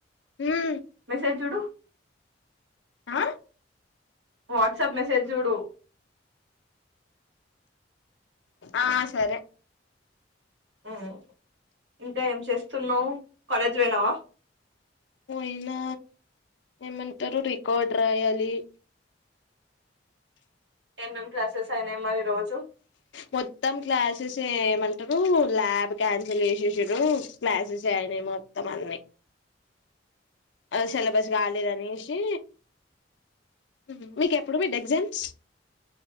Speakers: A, on the left; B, on the right.
A: మ్మ్
B: మెసేజ్ చూడు
A: ఆ
B: వాట్సాప్ మెసేజ్ చూడు
A: ఆ సరే
B: మ్మ్ ఇంకా ఏం చేస్తున్నావ్ కాలేజ్ పోయినావ
A: పోయినా ఏమంటారు రికార్డ్ రాయాలి
B: ఎం ఎం క్లాసెస్ అయినయి మరి ఈరోజు
A: మొత్తం క్లాసెస్ ఏమంటారు ల్యాబ్ క్యాన్సిల్ చేశేశిరు క్లాసెస్ అనే మొత్తం అనే అ సిలబస్ కాలేదు అనేసి మ్మ్ మీకెప్పుడు మీడ్ ఎగ్జామ్స్